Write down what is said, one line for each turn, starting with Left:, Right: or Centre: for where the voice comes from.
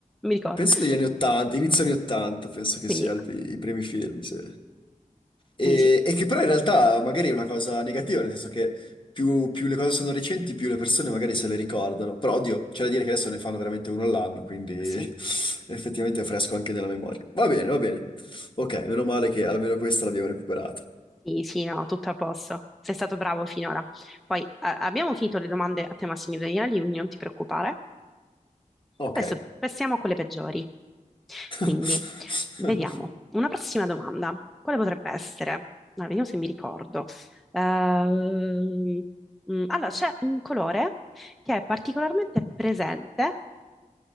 Centre: mi ricordo.
Left: Penso degli anni 80, inizio anni 80, penso che
Centre: Quindi,
Left: sia il- i primi film, sì.
Centre: quindi
Left: E,
Centre: sì,
Left: e che però in realtà magari è una cosa negativa, nel senso che più, più le cose sono recenti, più le persone magari se le ricordano. Però oddio, c'è da dire che adesso ne fanno veramente uno all'anno, quindi
Centre: sì,
Left: <laughs> effettivamente è fresco anche nella memoria. Va bene, va bene. Ok, meno male che almeno questa l'abbiamo recuperata.
Centre: sì, sì, no, tutto a posto. Sei stato bravo finora. Poi a- abbiamo finito le domande a tema Signore degli Anelli, quindi non ti preoccupare.
Left: Ok.
Centre: Adesso passiamo a quelle peggiori.
Left: <laughs>
Centre: Quindi, vediamo. Una prossima domanda. Quale potrebbe essere? Ah, vediamo se mi ricordo. Ehm, mm, allora, c'è un colore che è particolarmente presente